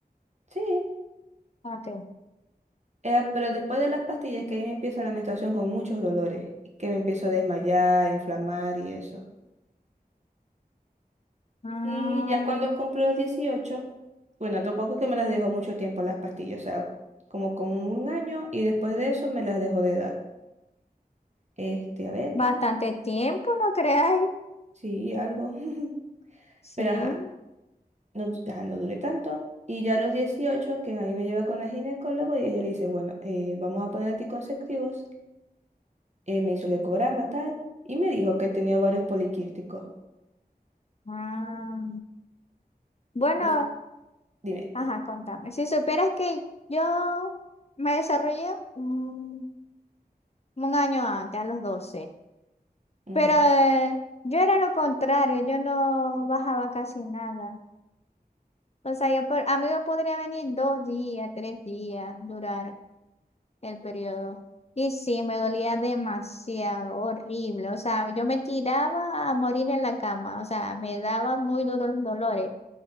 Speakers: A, on the right (about 45°); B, on the left (about 40°).
A: sí,
B: Ok.
A: eh, pero después de las pastillas que ahí me empieza la menstruación con muchos dolores, y que me empiezo a desmayar, inflamar y eso.
B: Ah,
A: Y ya cuando cumplo los dieciocho bueno, tampoco es que me las dejo mucho tiempo las pastillas, o sea, como con un año y después de eso me las dejo de dar. Este, a ver,
B: bastante
A: ¿qué más?
B: tiempo, ¿no creáis?
A: Sí, algo. <laughs>
B: Sí.
A: Pero ajá, no, ajá, no duré tanto. Y ya a los 18 que a mí me lleva con la ginecólogo y ella le dice, bueno, eh, vamos a poner anticonceptivos. Eh, me hizo el ecograma, tal, y me dijo que tenía ovarios poliquísticos.
B: Ah. Bueno,
A: Entonces, dime,
B: ajá, contame. Si supieras que yo me desarrollé un, un año antes, a los doce
A: ujú.
B: Pero eh, yo era lo contrario, yo no bajaba casi nada. O sea, yo, por- a mí me podría venir dos días, tres días, durar el periodo. Y sí, me dolía demasiado, horrible. O sea, yo me tiraba a morir en la cama. O sea, me daba muy duros los dolores.